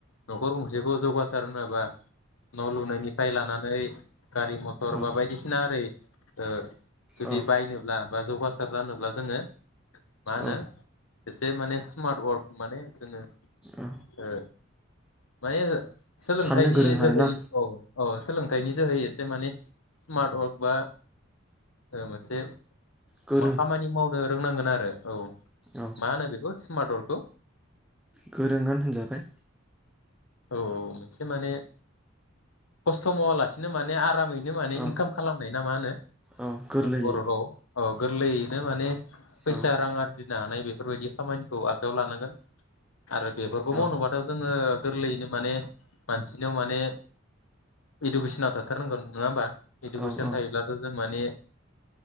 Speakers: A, on the left; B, in the centre.
A: न'खर जखौ जौगासार नङाबा न' लुनायनिफ्राय लानानै। गारि मथर
B: औ
A: बा बायदिसिना ओरै <inaudible> जुदि
B: औ
A: बायोब्ला बा जौगासार जानोब्ला जोङो मानो
B: औ
A: एसे माने स्मार्ट वार्क माने जोङो
B: औ
A: ओ मायो सोलोंथाइनि
B: साननो गोरों आरोना
A: जोहै औ। अ सोलोंथाइनि जोहै एसे माने स्मार्ट वार्क बा ओ मोनसे
B: गोरों
A: मा खामानि मावनो फोरोंनांगोन आरो औ
B: औ
A: मा होनो बिखौ मदरखौ
B: गोरों आनो होनजाबाय
A: औ मोनसे माने खस्थ' मावालासिनो माने आरामै बिनो माने
B: औ
A: इनकाम खालामनाय ना मा होनो
B: औ गोरलैयै
A: बर' राव अगोरल इनो माने फैसा
B: औ
A: रां आरो फिनो हानाय बेफोरबायदि खामानिखौ आखाइआव लानांगोन। आरो बेफोरखौ
B: औ
A: मावनोबाथ' जोङो। गोरलैयैनो माने मानसिनियाव माने इडुकेसनाव थाथारनांगोन नङा होमबा इडुकेसन
B: औ औ
A: थायोब्लासो जों माने